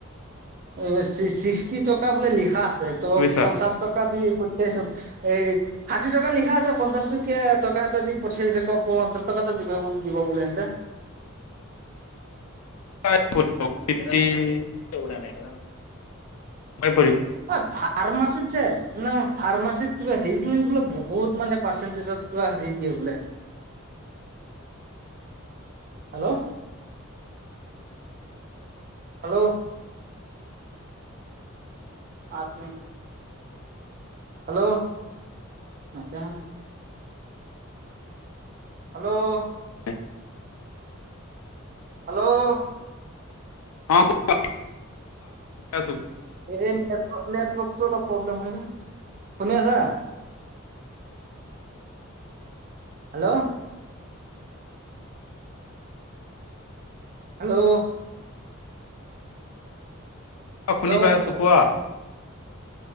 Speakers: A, on the right (about 40°); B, on the left (about 90°).
A: উ ছি চিক্সটি টকা বোলে লিখা আছে, ত'
B: বুজিছা
A: পঞ্চাশ টকা দি পঠিয়াইছো এই ষাঠি টকা লিখা আছে, পঞ্চাশ টকীয়া টকা এটা দি পঠিয়াইছে ক প পঞ্চাচ টকা এটা দিব দিব বোলেহেঁতে
B: <unintelligible> ফিফটি ফাইভ পৰিব।
A: অ', ফাৰ্মাচীত যে ন ফাৰ্মাচীত কিবা হেৰি খিনিত বোলে বহুত মানে পাৰ্চেন্টেজত কিবা হেৰি দিয়ে বোলে। হেল্ল', হেল্লও পাঁচ মিনট হেল্ল'ও মাতে অহা নাই। হেল্ল'ও
B: নাই <inaudible>
A: হেল্ল'ও
B: অঁ ক <unintelligible> আছো
A: এই নেটৱ নেটৱৰ্কতটো অলপ প্ৰব্লেম হয় যে। শুনি আছা? হেল্ল'ও হেল্ল'ও
B: অ', শুনি
A: হেল্ল'
B: পাই আছো কোৱা।